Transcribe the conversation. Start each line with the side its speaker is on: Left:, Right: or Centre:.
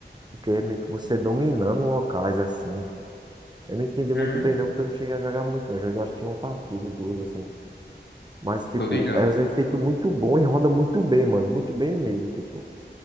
Right: Porque é meio que você dominando locais assim. Eu não entendi
Left: Hum,
Right: muito bem não, porque eu não cheguei a jogar muito, né? Joguei acho que uma partida, duas assim. Mas, tipo,
Left: tô ligado.
Right: é os efeitos muito bom e roda muito bem, mano. Muito bem mesmo, tipo.